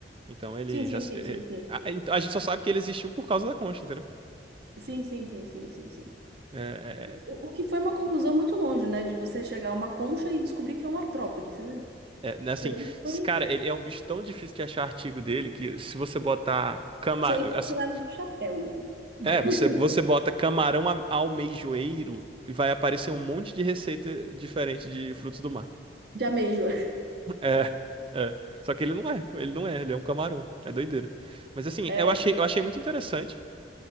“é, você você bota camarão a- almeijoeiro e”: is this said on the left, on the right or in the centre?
Right